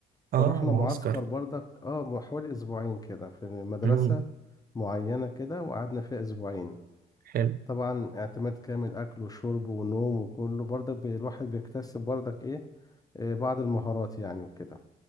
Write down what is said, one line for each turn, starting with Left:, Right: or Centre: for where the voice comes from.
Left: فروحنا
Right: اه معسكر
Left: معسكر برضك اه م- حوالي اسبوعين كده في مدرسة
Right: امم
Left: معينة كده وقعدنا فيها اسبوعين
Right: حلو
Left: طبعا اعتماد كامل اكل وشرب ونوم وكله برضك بي- الواحد بيكتسب برضك ايه آه، بعض المهارات يعني وكده